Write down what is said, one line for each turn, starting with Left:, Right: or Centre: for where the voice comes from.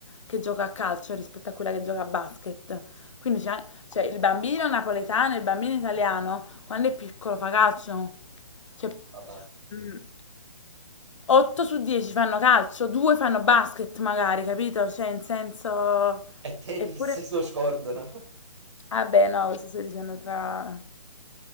Left: che gioca a calcio rispetto a quella che gioca a basket. Quindi c'è, cioè, il bambino napoletano, il bambino italiano, quando è piccolo fa calcio. Cioè,
Right: va basta.
Left: Mh. 8 su 10 fanno calcio, 2 fanno basket magari, capito? Cioè, in senso...
Right: E tennis
Left: Eppure...
Right: <laughs> lo scordano.
Left: Ah beh, no, questo stai dicendo tra,